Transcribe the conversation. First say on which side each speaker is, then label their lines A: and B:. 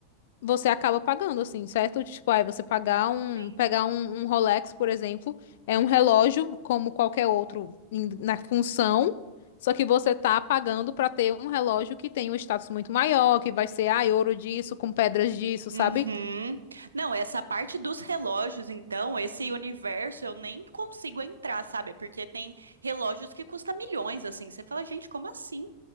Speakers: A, on the left; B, on the right.
A: você acaba pagando, assim, certo? Tipo, aí você pagar um,
B: sim.
A: pegar um, um Rolex, por exemplo, é um relógio como qualquer outro em- na função, só que você tá pagando pra ter um relógio que tem um status muito maior, que vai ser, ah, ouro disso, com pedras disso,
B: Uhum.
A: sabe?
B: Não, essa parte dos relógios, então, esse universo eu nem consigo entrar, sabe? Porque tem relógios que custam milhões, assim. Você fala, gente, como assim?